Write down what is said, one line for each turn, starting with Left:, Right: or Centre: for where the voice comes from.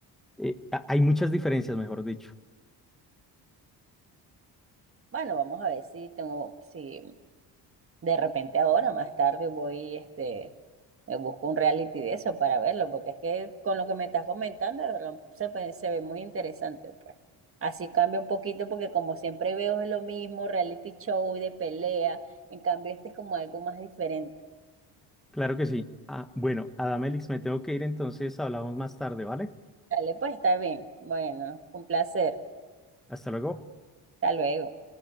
Centre: eh, ha- hay muchas diferencias, mejor dicho.
Right: Bueno, vamos a ver si tengo, si de repente ahora, más tarde voy, este, me busco un reality de eso para verlo, porque es que con lo que me estás comentando, de verdad, se, pe- se ve muy interesante, pues. Así cambia un poquito, porque como siempre veo es lo mismo, reality show de pelea, en cambio este es como algo más diferente.
Centre: Claro que sí. Ah, bueno, Adamelix, me tengo que ir, entonces hablamos más tarde, ¿vale?
Right: Dale, pues está bien. Bueno, un placer.
Centre: Hasta luego.
Right: Hasta luego.